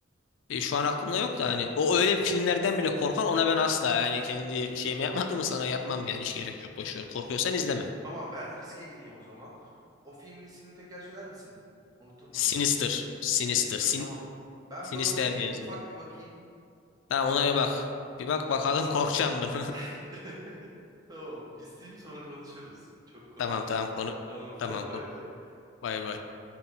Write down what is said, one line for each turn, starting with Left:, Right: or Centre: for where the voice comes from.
Left: E, şu an aklımda yok da hani o öyle bir filmlerden bile korkan ona ben asla yani kendi şeyimi yapmadığımı sana yapmam yani hiç gerek yok boş ver. Korkuyorsan izleme.
Right: Tamam ben riske gireyim o zaman. O filmin ismini tekrar söyler misin? Unuttum
Left: Sinister.
Right: ben onu.
Left: Sinister.
Right: Sinister
Left: Sin
Right: tamam. Ben
Left: Sinister
Right: bir ona u-
Left: diye
Right: bir,
Left: yazılıyor.
Right: ufak bir bakayım.
Left: Tamam ona bir bak. Bir bak bakalım
Right: Bakalım
Left: korkacağım mı?
Right: <laughs> Tamam, izleyeyim sonra konuşuruz. Çok
Left: <laughs>
Right: korkmazsam.
Left: Tamam tamam konu.
Right: Tamam, <laughs>
Left: Tamam
Right: hadi bay
Left: kork.
Right: bay.
Left: Bay bay.